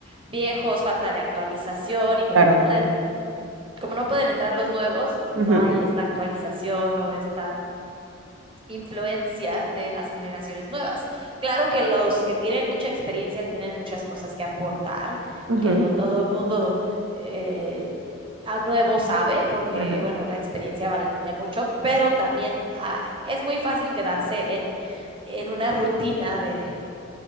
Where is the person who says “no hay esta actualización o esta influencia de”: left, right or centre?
Right